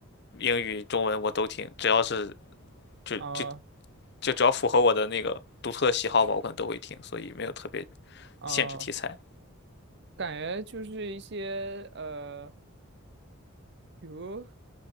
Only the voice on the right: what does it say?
啊
啊，
感觉就是一些呃，比如